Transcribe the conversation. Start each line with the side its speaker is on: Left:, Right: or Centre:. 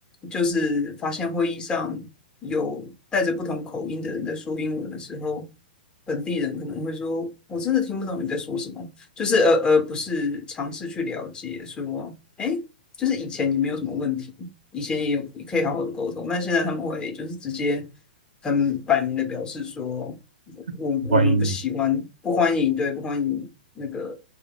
Left: 就是发现会议上。有带着不同口音的人在说英文的时候，本地人可能会说：“我真的听不懂你在说什么。”就是而而不是尝试去了解说，哎，就是以前也没有什么问题，以前也有也可以好好的沟通，但现在他们会就是直接很摆明的表示说，
Right: <laughs>
Left: 我我们不喜欢，
Right: 欢迎你。
Left: 不欢迎，对，不欢迎那个